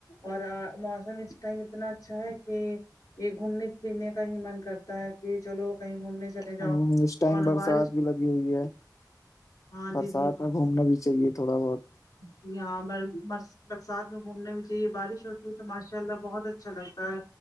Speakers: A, on the left; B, on the left.
A: اور موسم ٹائم اتنا اچھا ہے کہ یہ گھومنے پھرنے کا ہی من کرتا ہے کہ چلو کہیں گھومنے چلے جاؤ
B: ہ اس ٹائم
A: اور
B: برسات
A: بارش
B: بھی لگی ہوئی ہے
A: ہاں
B: برسات
A: جی
B: میں گھومنا بھی چاہیے تھوڑا بہت
A: جی ہاں برسات میں گھومنے میں جی بارش ہوتی ہے تو ماشاء اللہ بہت اچ اچھا لگتا ہے